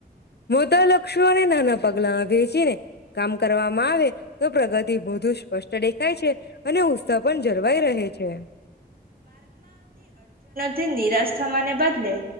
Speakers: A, on the left (about 70°); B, on the right (about 55°).
A: મુદા લક્ષો <inaudible> પણ એ નાના પગલા હોય. વેચીને કામ કરવામાં આવે તો પ્રગતિ વધુ જ સ્પષ્ટ દેખાય છે. અને ઉત્સાહ પણ જળવાઈ રહે છે.
B: તે નિરાશ થવાને બદલે,